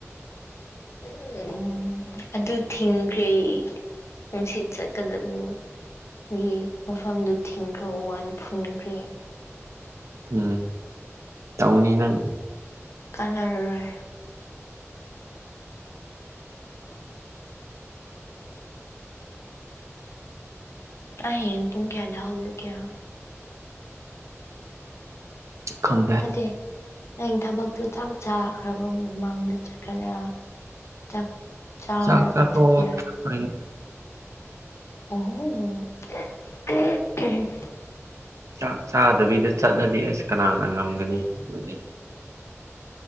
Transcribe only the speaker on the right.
ꯎꯝ ꯇꯧꯅꯤ ꯅꯪ
ꯈꯪꯗꯦ
ꯆꯥꯛ ꯆꯥꯊꯣꯛꯑ
ꯑꯩꯈꯣꯏꯅ
ꯆꯥꯛ ꯆꯥꯗꯕꯤꯗ ꯆꯠꯂꯗꯤ ꯑꯁ ꯀꯅꯥꯅ ꯉꯝꯒꯅꯤ ꯑꯗꯨꯗꯤ